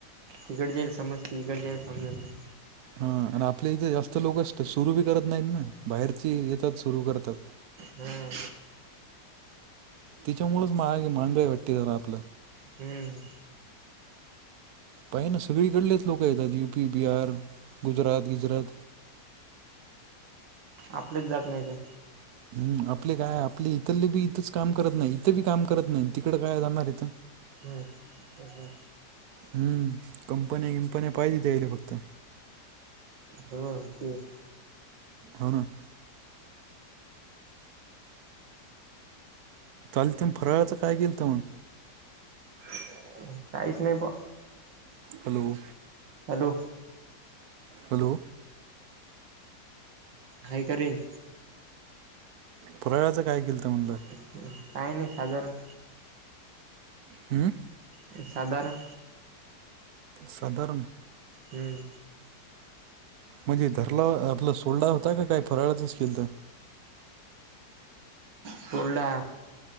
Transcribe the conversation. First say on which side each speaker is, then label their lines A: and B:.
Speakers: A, on the right; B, on the right.
A: तिकडे जाईल समजते. इकडे जाईल समजत नाही.
B: हा आणि आपल्या इथे जास्त लोक सुरू बी करत नाहीत ना बाहेरची येतात सुरू करतात.
A: हम्म
B: त्याच्यामुळेच <unintelligible> महागाई वाटते. जरा आपलं
A: हम्म
B: पाहना सगळीकडलेच लोकं येतात यूपी, बिहार, गुजरात गिजरात.
A: आपलेच जात नाही तर
B: हूम् आपले काय आपले इथलबी इथंच काम करत नाही. इथे बी काम करत नाही, तिकड काय जाणार हाईथ?
A: हम्म. हू हू.
B: हुम कंपन्या इम्पंन्या पाहिजे तेहला फक्त
A: होय तेच.
B: हा ना? काल तुम्ही फराळाच काय केलत मग?
A: काय नाही. काहीच नाही बुवा!
B: हॅलो.
A: हॅलो.
B: हॅलो.
A: हाय का रेंज?
B: फराळाचं काय केेलत म्हणलं?
A: हिम क्रीम <unintelligible> काय नाही खाजारत.
B: हू हू.
A: ते साधारण.
B: साधारण.
A: हूम्म.
B: मध्ये धरला आपला सोडला होता का काय फराळच केेलत?
A: सोडला.